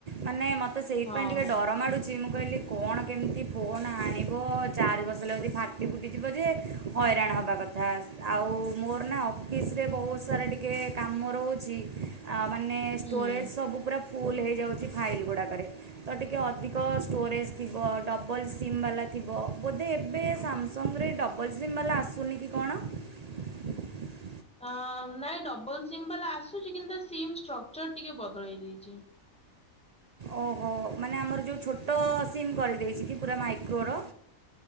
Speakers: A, on the right; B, in the centre.
A: ମାନେ ମୋତେ ସେଇପାଇଁ
B: ହଁ
A: ଟିକେ ଡର ମାଡ଼ୁଛି ମୁଁ କହିଲି କଣ କେମିତି ଫୋନ୍ ଆଣିବ ଚାର୍ଜ ବସେଇ ହେଲେ ଯଦି ଫାଟି ଫୁଟିଯିବ ଯେ ହଇରାଣ ହେବା କଥା। ବାସ୍ ମୋର ନା ଅଫିସରେ ବହୁତ ସାରା ଟିକେ କାମ ରହୁଛି। ଆ ମାନେ ଷ୍ଟୋରେଜ୍
B: ହୁଁ।
A: ସବୁ ପୁରା ଫୁଲ୍ ହେଇଯାଉଛି ଫାଇଲ୍ ଗୁଡ଼ାକରେ ତ ଟିକିଏ ଅଧିକ ଷ୍ଟୋରେଜ୍ ଥିବ ଡବ। ଡବଲ୍ ସିମ୍ ବାଲା ଥିବ ବୋଧେ ଏବେ ସାମସଙ୍ଗରେ ଡବଲ୍ ସିମ୍ ବାଲା ଆସୁନି କି କଣ। <inaudible>
B: ଅ ନାଇଁ ଡବଲ ସିମ୍ ବାଲା ଆସୁଛି କିନ୍ତୁ ସିମ୍ ଷ୍ଟ୍ରକ୍ଚର ଟିକେ ବଦଳେଇ ଦେଇଛି।
A: ଓହୋ ମାନେ ଆମର ଯେଉଁ ଛୋଟ ସିମ୍ କରିଦେଇଛି କି ପୁରା ମାଇକ୍ରୋର।